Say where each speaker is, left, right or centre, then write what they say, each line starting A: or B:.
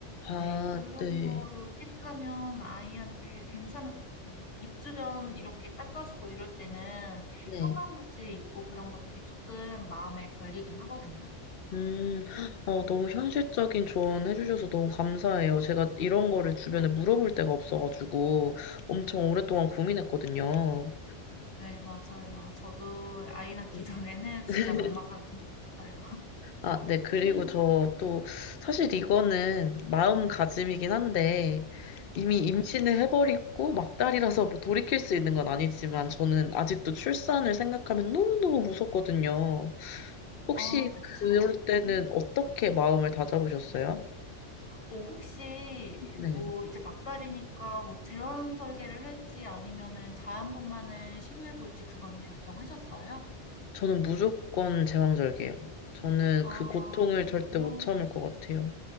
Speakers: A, on the left; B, on the left.
A: 아,
B: 네, 그런
A: 네.
B: 거로 택하면 아이한테 괜찮을 것 같아요. 입 주변 이렇게 닦아주고 이럴 때는
A: 네.
B: 형광물질 있고 그런 것들이 조금 마음에 걸리긴 하거든요.
A: 음, 어, 너무 현실적인 조언 해주셔서 너무 감사해요. 제가 이런 거를 주변에 물어볼 데가 없어가지고 엄청 오랫동안 고민했거든요.
B: 네, 맞아요. 저도 아이 낳기
A: 네.
B: <laughs> 전에는
A: <laughs>
B: 진짜 막막하긴 했어요.
A: 아, 네. 그리고
B: <laughs>
A: 저 또 사실 이거는 마음가짐이긴 한데 이미
B: 네네.
A: 임신을 해버리고 막달이라서 뭐 돌이킬 수 있는 건 아니지만 저는 아직도 출산을 생각하면 너무너무 무섭거든요. 혹시
B: 아, 그쵸.
A: 그럴 때는 어떻게 마음을 다잡으셨어요?
B: 어, 혹시
A: 네.
B: 뭐 이제 막달이니까 뭐 제왕 절개를 할지 아니면은 자연분만을 시도해 볼지 그거는 결정하셨어요?
A: 저는 무조건 제왕절개요. 저는
B: 아,
A: 그 고통을
B: 그렇구나.
A: 절대 못 참을 것 같아요.